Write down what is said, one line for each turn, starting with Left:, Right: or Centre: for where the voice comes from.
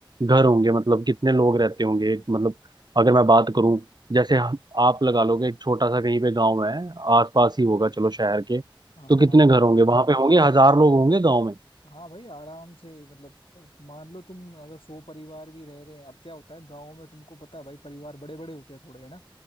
Right: घर होंगे मतलब कितने लोग रहते होंगे एक मतलब अगर मैं बात करूं जैसे हम आप लगा लोगे एक छोटा सा कहीं पे गांव है आसपास ही होगा चलो शहर के
Left: हाँ हाँ
Right: तो कितने
Left: हाँ हाँ।
Right: घर होंगे वहां पे होंगे हजार लोग होंगे गांव में
Left: हाँ भाई आराम से मतलब अ, मान लो तुम अगर सौ परिवार भी रह रहे हैं अब क्या होता है गाँव में तुमको पता है भाई परिवार बड़े बड़े होते हैं थोड़े है ना